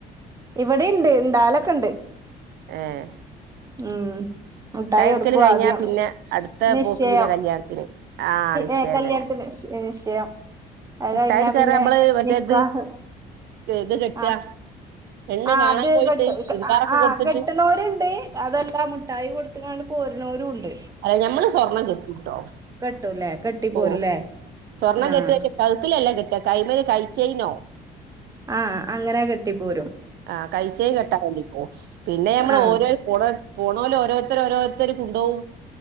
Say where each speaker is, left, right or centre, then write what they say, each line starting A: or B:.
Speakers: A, on the right (about 20°); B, on the right (about 75°).
A: ഇവിടിംണ്ട് ഇണ്ടാവലൊക്കെണ്ട്
B: ഏഹ്
A: ഉം മുട്ടായി
B: കൊടുക്കല്
A: കൊടുക്കും
B: കഴിഞ്ഞാ
A: ആദ്യം
B: പിന്നെ അടുത്ത
A: നിശ്ചയം
B: പോക്ക് പിന്നെ കല്യാണത്തിന് ആഹ് നിശ്ചയം
A: ഏഹ് കല്യാണത്തിന്
B: തന്നെ
A: നിശ്ചയം അത്
B: മുട്ടായി
A: കഴിഞ്ഞാ
B: എടുക്കാന്ന്
A: പിന്നെ
B: പറഞ്ഞാ നമ്മള് മറ്റേത്
A: നിക്കാഹ്
B: ഇത് കെട്ടാ
A: ആഹ്
B: പെണ്ണ്
A: ആഹ്
B: കാണാൻ
A: അത്
B: പോയിട്ട്
A: ഇബട്ത്തെ
B: ചുരിദാറൊക്കെ
A: ആഹ്
B: കൊടുത്തിട്ട്
A: കെട്ട ണോരുണ്ട് അതെല്ലാ മുട്ടായി കൊടുത്ത്ങ്ങാണ്ട് പോരുണോരുംണ്ട്
B: അല്ല ഞമ്മള് സ്വർണം കെട്ടുട്ടോ
A: കെട്ടൂല്ലേ കെട്ടിപ്പോരൂല്ലേ
B: ഓഹ് സ്വർണം
A: ആഹ്
B: കെട്ടെച്ച കഴുത്തിലെല്ല കെട്ട കൈമല് കയ്ചെയിനോ
A: ആഹ് അങ്ങനെ കെട്ടി പോരും
B: ആഹ് കഴിച്ചേൻ കെട്ടാ വേണ്ടി പോവും പിന്നെ നമ്മള്
A: ആഹ്
B: ഓരോ പോ പോണോല് ഓരോരുത്തര് ഓരോരുത്തര് കൊണ്ടോകും